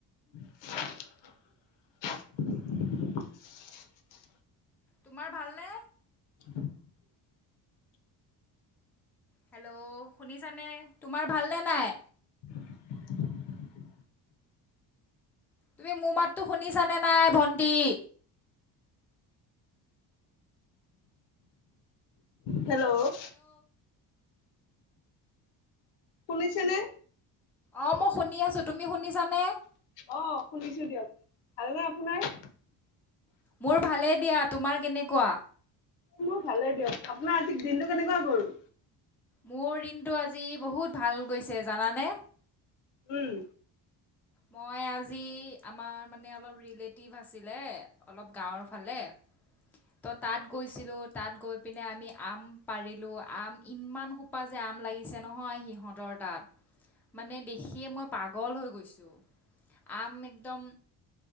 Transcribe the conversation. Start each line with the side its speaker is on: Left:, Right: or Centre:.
Left: <inaudible>
Centre: তোমাৰ ভালনে?
Left: <inaudible>
Centre: হেল্ল' শুনিছানে তোমাৰ ভালনে নাই?
Left: <inaudible>
Centre: তুমি মোৰ মাততো শুনিছানে নাই ভণ্টি?
Left: হেল্ল'। শুনিছেনে?
Centre: অ মই শুনি আছো। তুমি শুনিছানে?
Left: অ', শুনিছোঁ দিয়ক, ভাল নে আপোনাৰ?
Centre: মোৰ ভালেই দিয়া, তোমাৰ কেনেকুৱা?
Left: মোৰ ভালেই দিয়ক, আপোনাৰ আজি দিনটো কেনেকুৱা গ'ল?
Centre: মোৰ দিনটো আজি বহুত ভাল গৈছে জানানে?
Left: উম।
Centre: মই আজি আমাৰ মানে অলপ ৰিলেটিভ আছিলে, অলপ গাঁৱৰ ফালে <inaudible> ত' তাত গৈছিলোঁ, তাত গৈ পিনে আমি আম পাৰিলোঁ, আম ইমান সোপা যে আম আম লাগিছে নহয় সিহঁতৰ তাত, মানে দেখিয়ে মই পাগল হৈ গৈছোঁ। আম একদম